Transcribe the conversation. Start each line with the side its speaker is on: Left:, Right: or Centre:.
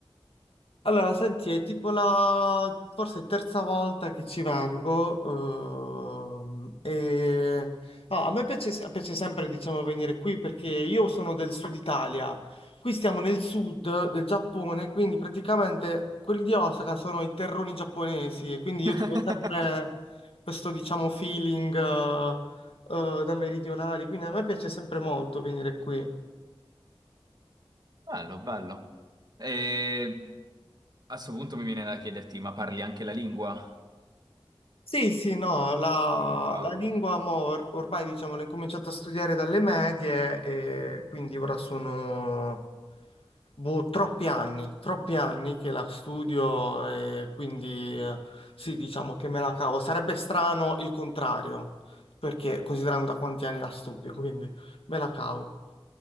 Left: Allora, senti, è tipo la forse terza volta che ci vengo. ehm, e... no, a me piace, piace sempre, diciamo, venire qui perché io sono del sud Italia. Qui stiamo nel sud del Giappone, quindi praticamente quelli di Osaka sono i terroni giapponesi. E quindi io
Right: <laughs>
Left: trovo sempre questo, diciamo, feeling eh, eh, da meridionali. Quindi a me piace sempre molto venire qui.
Right: Bello, bello. E a sto punto mi viene da chiederti, ma parli anche la lingua?
Left: Sì, sì, no, la,
Right: Wow.
Left: la lingua mo, or- ormai diciamo l'ho incominciata a studiare dalle medie e quindi ora sono boh, troppi anni, troppi anni che la studio e quindi eh, sì, diciamo che me la cavo. Sarebbe strano il contrario, perché considerando da quanti anni la studio, <laughs> quindi me la cavo.